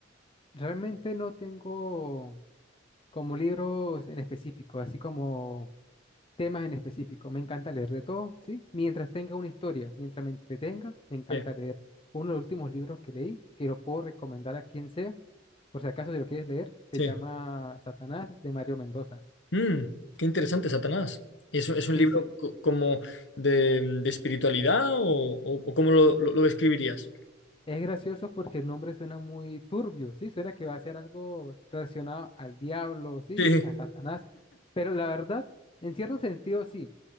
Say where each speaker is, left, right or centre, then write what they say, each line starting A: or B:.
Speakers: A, on the left (about 30°); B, on the left (about 70°).
A: Realmente no tengo como libros en específico, así como temas en específico. Me encanta leer de todo, ¿sí? Mientras tenga una historia, mientras me entretenga, me encanta
B: Sí,
A: leer. Uno de los últimos libros que leí, que lo puedo recomendar a quien sea. Por si acaso, si lo quieres leer,
B: sí.
A: se llama Satanás de Mario Mendoza.
B: Mm, qué interesante, Satanás. ¿Es, es un
A: Sí,
B: libro
A: se-
B: co- como de, mm, de espiritualidad o, o- o cómo lo, lo- lo describirías?
A: es gracioso porque el nombre suena muy turbio, sí, suena que va a ser algo relacionado al diablo, sí,
B: Sí.
A: a Satanás. Pero la verdad, en cierto sentido, sí,